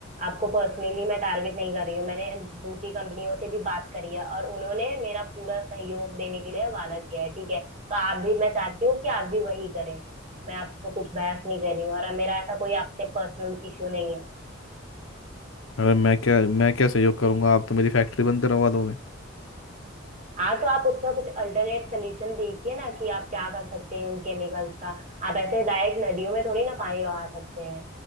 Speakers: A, on the right (about 35°); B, on the left (about 75°).
A: आपको पर्सनली मैं टारगेट नहीं कर रही हूँ मैंने दूसरी कंपनियों से भी बात करी है और उन्होंने मेरा पूरा सहयोग देने के लिए वादा किया है ठीक है तो आप भी मैं चाहती हूँ कि आप भी वही करें मैं आपको कुछ बहस नहीं कर रही हूँ और मेरा ऐसा कोई आपसे पर्सनल इश्यू नहीं है
B: अरे मैं क्या मैं क्या सहयोग करूँगा आप तो मेरी फैक्ट्री बंद करवा दोगे
A: हाँ तो आप उसका कुछ अल्टरनेट सोल्यूशन देखिए ना कि आप क्या कर सकते हैं उन केमिकल्स का आप ऐसे डायरेक्ट नदियों में थोड़ी ना पानी बहा सकते हैं